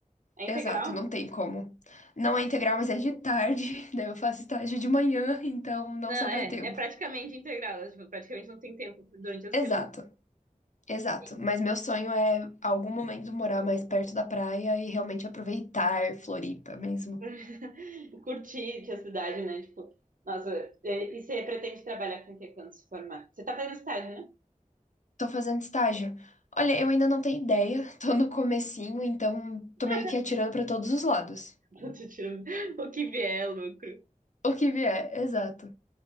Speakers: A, on the right; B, on the left.
A: É
B: Exato,
A: integral?
B: não tem como. Não é integral, mas é de tarde, <laughs> daí eu faço estágio de manhã, então não
A: Não,
B: sobra
A: é,
B: tempo.
A: é praticamente integral, é, tipo, praticamente não tem tempo durante a
B: Exato,
A: semana.
B: exato.
A: E-
B: Mas meu sonho é algum momento morar mais perto da praia e realmente aproveitar Floripa mesmo.
A: <laughs> Curtir a cidade, né? Tipo, nossa, e e você pretende trabalhar com o que quando se formar? Você tá fazendo estágio, né?
B: Tô fazendo estágio. Olha, eu ainda não tenho ideia, <laughs> tô no comecinho, então tô
A: Ah,
B: meio
A: tá.
B: que atirando
A: <laughs>
B: pra todos os lados.
A: Eu tô tirando o que vier, é lucro.
B: O que vier, exato.